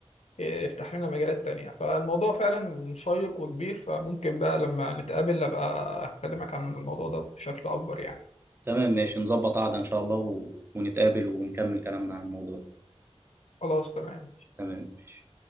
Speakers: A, on the left; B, on the right.
A: يفتح لنا مجالات تانية فالموضوع فعلا شيق وكبير فممكن بقى لما نتقابل أبقى أكلمك عن الموضوع ده بشكل أكبر يعني
B: تمام ماشي نظبط قعدة ان شاء الله و- ونتقابل ونكمل كلامنا عن الموضوع ده
A: خلاص تمام
B: تمام ماشي